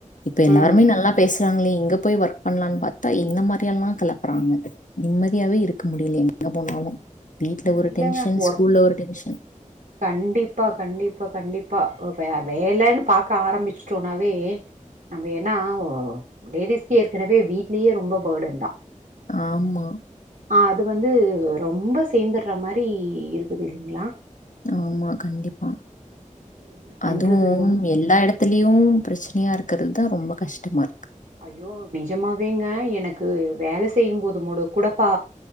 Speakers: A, on the left; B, on the right.
A: இப்ப எல்லாருமே
B: ம்
A: நல்லா பேச றாங்ளே இங்க போய் ஒர்க் பண்லான் பாத்தா இந்த மாரியெல்லா கெளப்பறாங்க. நிம்மதியாவே இருக்க முடில எ ங்க போனாலு வீட்ல ஒரு
B: இல்லங்க
A: டென்ஷன்
B: ஒர்க்
A: ஸ்கூல்ல ஒரு டென்ஷன்.
B: கண்டிப்பா கண்டிப்பா கண்டிப்பா அ வெ வேலனு பாக்க ஆரம்பிச்சுட்டோனாவே நம்ம ஏன்னா வ வ லேடிஸ்க்கு ஏற்கெனவே வீட்லியே ரொம்ப பேடன் தா.
A: ஆமா
B: ஆ அது வந்து ரொம்ப சேந்தர்ற மாரி இருக்குது இல்லிங்ளா
A: ஆமா கண்டிப்பா
B: என்ன பண்றது
A: அதுவும்
B: ஒன்
A: எல்லா எடத்திலியு பிரச்சனையாருக்கிறதா ரொம்ப கஷ்டமாருக்கு
B: ஐயோ நிஜமாவேங்க எனக்கு வேல செய்யும்போது முட குடப்பா